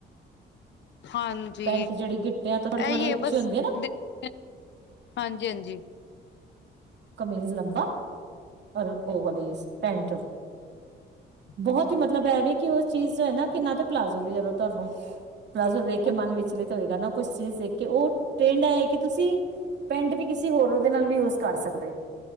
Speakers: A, on the left; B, on the right.
A: ਹਾਂਜੀ,
B: ਪੈਂਟ ਜਿਹੜੀ ਗਿੱਟਿਆਂ ਤੋਂ ਥੋੜੀ ਥੋੜੀ
A: ਇਹੀ ਹੈ
B: ਉੱਚੀ
A: ਬਸ
B: ਹੁੰਦੀ
A: <inaudible>
B: ਨਾ
A: ਹਾਂਜੀ ਹਾਂਜੀ
B: ਕਮੀਜ਼ ਲੰਬਾ। ਪਰ ਓਵਰ ਡੇਜ ਪੈਂਟ। ਬਹੁਤ
A: ਹਾਂਜੀ
B: ਹੀ ਮਤਲਬ ਐਵੇ ਕਿ ਉਸ ਚੀਜ਼ ਹੈ ਨਾ ਕਿ ਨਾ ਤੇ ਪਲਾਜ਼ੋ ਦੀ ਜਗ੍ਹਾ ਤੇ ਤੁਹਾਨੂੰ ਪਲਾਜ਼ੋ ਵੇਖ
A: ਹਾਂਜੀ
B: ਕੇ ਮਨ ਵਿਚਲਿਤ ਹੋਏਗਾ ਨਾ ਕੁਛ ਚੀਜ਼ ਦੇਖ ਕੇ, ਉਹ ਟ੍ਰੈਂਡ ਇਹ ਕਿ ਤੁਸੀਂ ਪੈਂਟ ਵੀ ਕਿਸੇ ਹੋਰ ਉਹਦੇ ਨਾਲ ਵੀ ਯੂਜ ਕਰ ਸਕਦੇ ਹੋ।